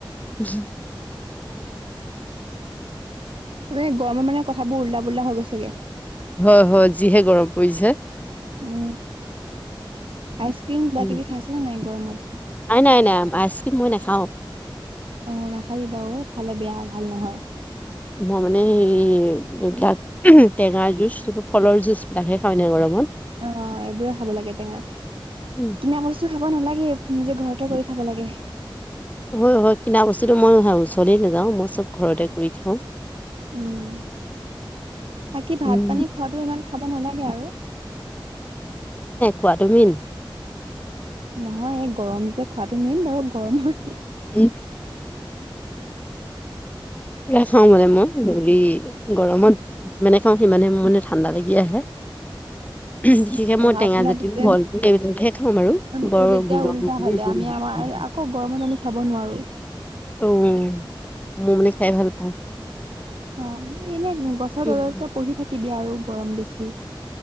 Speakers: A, on the left; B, on the right.
A: <unintelligible>
B: মানে গৰমত মানে কথাবোৰ উল্টা পুল্টা হৈ গৈছেগে।
A: হয়- হয় যিহে গৰম পৰিছে।
B: উম আইচক্ৰীম বা কিবা
A: উম,
B: -কিবি খাইছেনে নাই গৰমত?
A: নাই নাই নাই আইচক্ৰীম মই নেখাওঁ।
B: অ', নাখাবি বাৰু খালে বেয়া, ভাল নহয়।
A: মই মানে এই এইবিলাক টেঙা যুজ ফলৰ জুচবিলাকহে খাওঁ হে এনে গৰমত
B: অহ, এইবোৰে খাব লাগে টেঙা
A: উম
B: কিনা বস্তু খাব নালাগে। নিজে ঘৰতে কৰি খাব লাগে।
A: হয় -হয় কিনা বস্তুতটো মই ওচৰই নাযাও মই চব ঘৰতে কৰি খাওঁ।
B: উম বাকী ভাত
A: উম
B: পানী খোৱাটো ইমান খাব নালাগে আৰু।
A: খোৱা তু মেইন।
B: নহয় এই গৰম যে খোৱাটো মেইন বাৰু গৰমত।
A: এই এইয়া খাও মানে মই হৰি গৰমত। যিমানে খাওঁ সিমানে মোৰ মানে ঠাণ্ডা লাগি আহে। বিশেষকে
B: অ
A: মই টেঙা
B: আপোনাৰ
A: জাতীয়
B: তেতিয়া
A: ফল <unintelligible> এইবিলাকহে খাওঁ আৰু বৰ
B: তোৰ তেতিয়া
A: <unintelligible>
B: উল্টা হলে আমি আমাৰ আকৌ গৰমত আমি খাব নোৱাৰো।
A: উম, মই মানে খাই ভাল পাওঁ।
B: অহ, এনে গছৰ
A: উম
B: তলত বহি থাকিবি আৰু গৰম বেছি